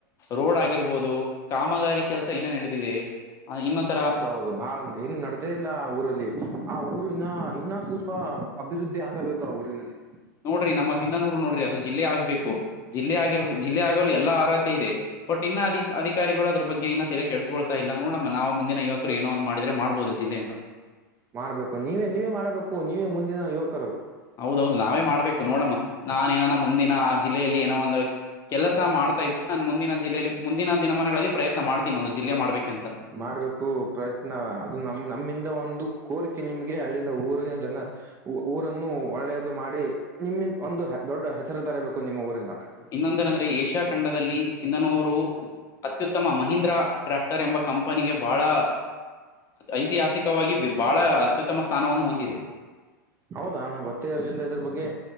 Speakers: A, on the left (about 30°); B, on the right (about 25°).
A: ರೋಡ್ ಆಗಿರ್ಬೋದು ಕಾಮಗಾರಿ ಕೆಲ್ಸ ಏನೇ ನಡೆದಿದೆ ಆ ಇನ್ನೊ ತರ
B: ಹೌದು ಬಾಳ ಏನ್ ನಡದೇ ಇಲ್ಲ ಆ ಊರಲ್ಲಿ ಆ ಊರು ಇನ್ನಾ ಇನ್ನ ಸ್ವಲ್ಪ ಅಭಿವೃದ್ಧಿ ಆಗಬೇಕು ಆ ಊರಿನಲ್ಲಿ
A: ನೋಡ್ರಿ ನಮ್ಮ ಸಿಂಧನೂರು ನೋಡ್ರಿ ಅದು ಜಿಲ್ಲೆ ಆಗ್ಬೇಕು ಜಿಲ್ಲೆ ಆಗಿರ ಜಿಲ್ಲೆ ಆಗಲು ಎಲ್ಲಾ ಅರ್ಹತೆ ಇದೆ ಬಟ್ ಇನ್ನ ಅಧಿ ಅಿಕಾರಿಗಳುದ ಬಗ್ಗೆ ಇನ್ನ ತಲ ಕ ಕೆಳ್ಸ್ಕೊಳ್ತಾ ಇಲ್ಲ ನೋಡಮ್ಮ ನಾವು ಮುಂದಿನ ಯುವಕರು ಏನೋ ಒಂದ ಮಾಡ್ರೆ ಮಾಡ್ಬೋದು ಜಿಲ್ಲೆಯನ್ನು
B: ಮಾಡ್ಬೇಕು ನೀವೇ ನೀವೇ ಮಾಡಬೇಕು ನೀವೇ ಮುಂದಿನ ಯುವಕರು
A: ಹೌದೌದು ನಾವೇ ಮಾಡ್ಬೇಕು ನೋಡಮ್ಮ ನಾನ ಏನಾನ ಮುಂದಿನ ಆ ಜಿಲ್ಲೆಯಲ್ಲಿ ಏನೋ ಒಂದ ಕೆಲಸ ಮಾಡ್ತಾ ಇದ್ದೆ ನಾನನ್ ಮುಂದಿನ ಜಿಲ್ಲೆಯಲ್ಲಿ ಮುಂದಿನ ದಿನಮಾನಗಳಲ್ಲಿ ಪ್ರಯತ್ನ ಮಾಡ್ತೀನಿ ಒಂದು ಜಿಲ್ಲೆ್ಬೇಕಂತ
B: ಮಾಡ್ಬೇಕು ಪ್ರಯತ್ನ ಅದು ನಮ ನಮ್ಮಿಂದ ಒಂದು ಕೋರಿಕೆ ನಿಮ್ಗೆ ಅಲ್ಲಿಂದ ಊರಿನ ಜನ ಊರನ್ನು ಒಳ್ಳೇದು ಮಾಡಿ ನಿಮ್ಮಿಂದ ಒಂದು ದೊಡ್ಡ ಹೆಸರು ತರಬೇಕು ನಿಮ್ಮ ಊರಿಂದ
A: ಇನ್ನೊಂದನ ಅಂದ್ರೆ ಏಷ್ಯಾ ಖಂಡದಲ್ಲಿ ಸಿಂಧನೂರು ಅತ್ಯುತ್ತಮ ಮಹೀಂದ್ರಾ ಟ್ರ್ಯಾಕ್ಟರ್ ಎಂಬ ಕಂಪನಿಗೆ ಬಹಳ ಐತಿಹಾಸಿಕವಾಗಿ ಬಹಳ ಅತ್ಯುತ್ತಮ ಸ್ಥಾನವನ್ನು ಹೊಂದಿದೆ
B: ಹೌದಾ ನಂಗೆ ಗೊತ್ತೇ ಇರ್ಲಿಲ್ಲ ಅದ್ರ ಬಗ್ಗೆ